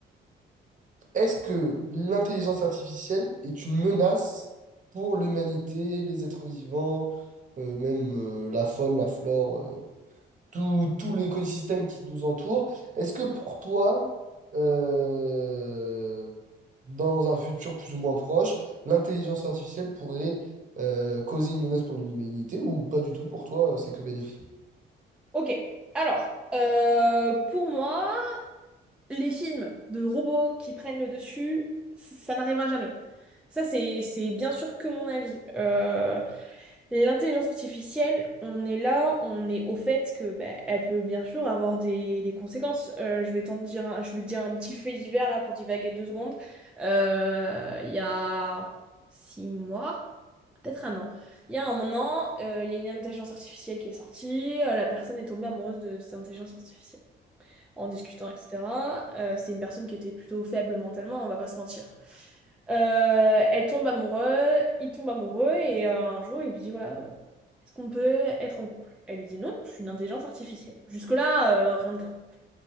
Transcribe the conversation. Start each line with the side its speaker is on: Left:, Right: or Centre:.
Right: Est-ce que l'intelligence artificielle est une menace pour l'humanité, les êtres vivants, euh, même euh, la faune, la flore, euh, tout, tout l'écosystème qui nous entoure? Est-ce que pour toi, euh, dans un futur plus ou moins proche, l'intelligence artificielle pourrait euh, causer une menace pour l'humanité ou pas du tout pour toi, euh, c'est que bénéfique.
Centre: Ok, alors, euh, pour moi, les films de robots qui prennent le dessus, c- ça n'arrivera jamais. Ça, c'est, c'est bien sûr que mon avis. Euh, L'intelligence artificielle, on est là, on est au fait que bah, elle peut bien sûr avoir des, des conséquences. Euh, je vais t'en dire, un- je vais te dire un petit fait divers là pour divaguer deux secondes. Euh, Il y a six mois, peut-être un an. Il y a un an, euh, il y a une intelligence artificielle qui est sortie. euh, La personne est tombée amoureuse de cette intelligence artificielle en discutant, etc. Euh, c'est une personne qui était plutôt faible mentalement, on va pas se mentir. Euh, elle tombe amoureuse, il tombe amoureux et euh, un jour il lui dit voilà, euh, est-ce qu'on peut être en couple? Elle lui dit non, je suis une intelligence artificielle. Jusque-là, euh, rien de grave.